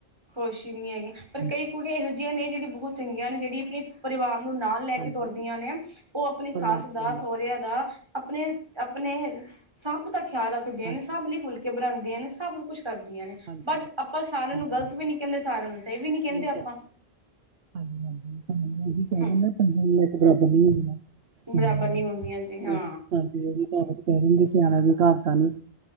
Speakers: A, on the right (about 25°); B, on the right (about 70°).
A: ਖੁਸ਼ ਨਹੀਂ ਹੈਗੀਆਂ ਪਰ
B: ਹਾਂਜੀ
A: ਕਈ ਕੁੜੀਆਂ ਇਹੋ ਜਿਹੀਆਂ ਨੇ ਜਿਹੜੀ ਬਹੁਤ ਚੰਗੀਆਂ ਨੇ ਜਿਹੜੀ ਆਪਣੀ ਪਰਿਵਾਰ ਨੂੰ ਨਾਲ ਲੈ
B: ਹਾਂਜੀ
A: ਕੇ ਤੁਰਦੀਆਂ ਨੇ ਉਹ ਆਪਣੀ ਸੱਸ
B: ਪਰਿਵਾਰ ਦੇ
A: ਦਾ
B: ਨਾਲ
A: ਸਹੁਰਿਆਂ
B: ਲੈ ਕੇ ਚੱਲਦੀ
A: ਦਾ
B: ਹਾਂ।
A: ਆਪਣੇ ਆਪਣੇ ਸਭ ਦਾ ਖਿਆਲ ਰੱਖਦੀਆਂ
B: ਹਾਂਜੀ
A: ਨੇ ਸਭ ਲਈ ਫੁਲ ਕੇ ਬਣਾਉਂਦੀਆਂ ਨੇ ਸਭ ਕੁਛ ਕਰਦੀਆਂ ਨੇ
B: ਹਾਂਜੀ
A: ਬਟ ਆਪਾਂ ਸਾਰਿਆਂ
B: ਹਾਂਜੀ
A: ਨੂੰ ਗ਼ਲਤ।
B: ਹਾਂਜੀ
A: ਗਲਤ ਵੀ ਨੀ ਕਹਿੰਦੇ ਸਾਰਿਆਂ ਨੂੰ ਸਹੀ ਵੀ ਨੀ ਕਹਿੰਦੇ
B: ਨਹੀਂ
A: ਆਪਾਂ
B: ਕਹਿ ਸਕਦੇ ਹਾਂਜੀ ਤੁਹਾਨੂੰ ਉਹੀ ਕਹਿ
A: ਹਮ।
B: ਦਿੰਦਾ ਹਾਂਜੀ ਇੱਕ ਬਰਾਬਰ ਨੀ ਹੁੰਦੀਆਂ
A: ਬਰਾਬਰ
B: ਹਮ
A: ਨੀ ਹੁੰਦੀਆਂ ਜੀ ਹਾਂ
B: ਹਾਂਜੀ ਉਹੀ ਤਾਂ। ਕਹਿ ਦਿੰਦੇ ਸਿਆਣਾ ਵੀ ਹ ਕਵਤਾ ਕਾਨੂੰ